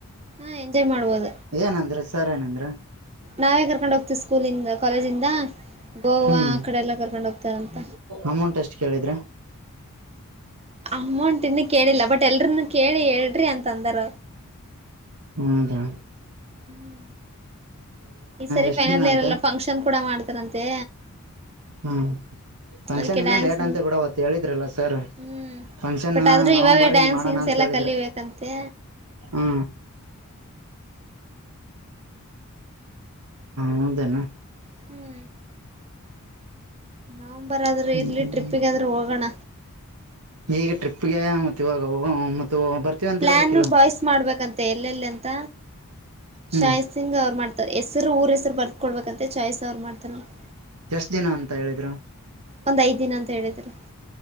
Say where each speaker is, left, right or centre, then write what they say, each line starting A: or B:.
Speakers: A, on the right; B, on the right.
A: ಹಾ ಎಂಜಾಯ್ ಮಾಡ್ಬೋದ
B: ಏನಂದ್ರ ಸರ್ ಏನಂದ್ರ
A: ನಾವೇ ಕರ್ಕೊಂಡ ಹೋಗ್ತ ಸ್ಕೂಲಿಂದ ಕಾಲೇಜಿಂದ ಗೋವಾ
B: ಹ್ಮ್
A: ಆ ಕಡೆ ಎಲ್ಲ ಕರ್ಕೊಂಡ ಹೋಗ್ತಾರಂತ
B: ಅಮೌಂಟ್ ಎಷ್ಟ್ ಕೇಳಿದ್ರ
A: ಅಮೌಂಟ್ ಇನ್ ಕೇಳಿಲ್ಲ ಬಟ್ ಎಲ್ರನು ಕೇಳಿ ಹೇಳ್ರಿ ಅಂತ ಅಂದಾರ
B: ಹೌದಾ
A: ಹ್ಮ್ ಈ ಸರಿ
B: ಎಷ್ಟ್
A: ಫೈನಲ್
B: ದಿನ ಅಂತೆ
A: ಇರಲ್ಲ ಫಂಕ್ಷನ್ ಕೂಡ ಮಾಡ್ತಾರಂತೆ
B: ಹ್ಮ ಫಂಕ್ಷನ್
A: ಅದಕ್ಕೆ
B: ಇನ್ನ
A: ಡ್ಯಾನ್ಸ್
B: ಲೇಟ್ ಅಂತ ಬಿಡ ಅವತ್ ಹೇಳಿದ್ರಲ್ಲ ಸರ್
A: ಹ್ಮ್
B: ಫಂಕ್ಷನ್
A: ಬಟ್ ಆದ್ರೂ
B: ನವಂಬರ್ಂಗ
A: ಇವಾಗ ಡ್ಯಾನ್ಸ್
B: ಮಾಡೋಣ
A: ಗಿನ್ಸ್
B: ಅಂತ
A: ಎಲ್ಲಾ
B: ಹೇಳಿದ್ರೆ
A: ಕಲಿಬೇಕಂತೆ
B: ಹಾ
A: <inaudible>
B: ಹೌದೇನ
A: ಹ್ಮ್ ನವಂಬರ್ ಆದ್ರೆ
B: ಹ್ಮ್
A: ಇರ್ಲಿ ಟ್ರಿಪ್ಪಿಗಾದ್ರೂ ಹೋಗೋಣ
B: ಈಗ ಟ್ರಿಪ್ಗೆ ಮ ಇವಾಗ ಮ ಬರ್ತೀವ ಅಂತ
A: ಪ್ಲಾನ್
B: ಹೇಳ್ಬೇಕಿಲ್ಲ
A: ಬಾಯ್ಸ್ ಮಾಡ್ಬೇಕಂತೆ ಎಲ್ಲೆಲ್ಲಿ ಅಂತ
B: ಹ್ಮ್
A: ಶಾಯತ್ ಸಿಂಗ್ ಅವ್ರು ಮಾಡ್ತಾರೆ ಎಸ್ ಸರ್ ಊರ ಹೆಸರ್ ಬರ್ಕ ಕೊಡ್ಬೇಕಂತೆ ಚಾಯ್ಸ ಅವರು ಮಾಡ್ತಾರಂತೆ
B: ಎಷ್ಟ ದಿನ ಅಂತ ಹೇಳಿದ್ರು
A: ಒಂದ್ ಐದ್ ದಿನ ಅಂತ ಹೇಳಿದ್ರರು